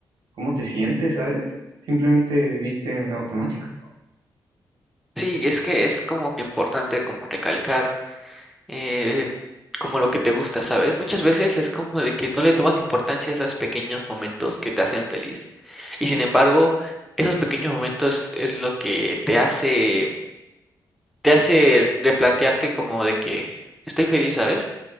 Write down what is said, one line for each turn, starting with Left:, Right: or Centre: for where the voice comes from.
Right: cómo te sientes, ¿sabes? Simplemente viviste en automático.
Centre: Sí, y es que es como que importante como recalcar eh, como lo que te gusta, ¿sabes? Muchas veces es como de que no le tomas importancia a esos pequeños momentos que te hacen feliz. Y sin embargo, esos pequeños momentos es lo que te hace te hace replantearte como de que estoy feliz, ¿sabes?